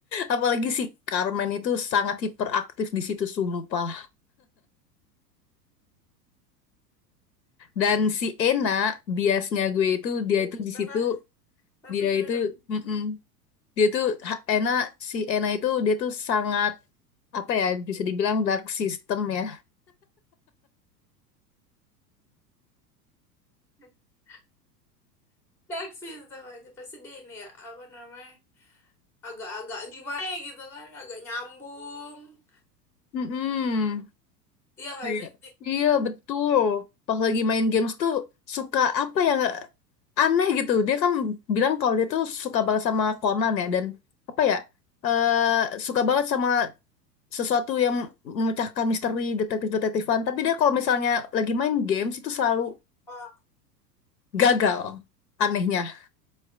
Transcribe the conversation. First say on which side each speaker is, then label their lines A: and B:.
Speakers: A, on the left; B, in the centre.
A: Apalagi si Carmen itu sangat hiperaktif di situ sumpah. Dan si Ena biasnya gue itu
B: Iya,
A: dia itu
B: Setelah
A: di situ
B: tadi
A: dia
B: gue
A: itu
B: nonton.
A: mm-mm. dia tuh ha- Ena si Ena itu dia tuh sangat apa ya bisa dibilang dark system ya.
B: <laughs> Reaksi setelah aja pasti dia ini ya apa namanya agak-agak gimana ya gitu kan agak nyambung.
A: Mm-mm.
B: Iya gak
A: Kayak,
B: sih?
A: Iya betul. Pas lagi main games tuh suka apa yang aneh gitu. Dia kan bilang kalau dia tuh suka banget sama Conan ya dan apa ya eh suka banget sama sesuatu yang memecahkan misteri detektif-detektifan. Tapi dia kalau misalnya lagi main games itu selalu
B: Oh,
A: gagal anehnya.